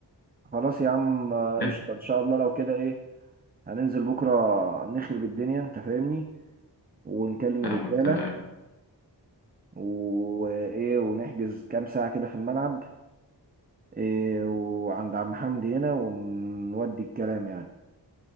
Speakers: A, on the right; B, on the left.
A: خلاص يا عم آه،
B: نحجز.
A: قشطة ان شاء الله لو كده ايه هننزل بكرة نخرب الدنيا انت فاهمني ونكلم
B: فاهمك
A: الرجالة
B: تمام
A: وايه ونحجز كام ساعة كده في الملعب إيه وعند عم حمدي هنا ونودي الكلام يعني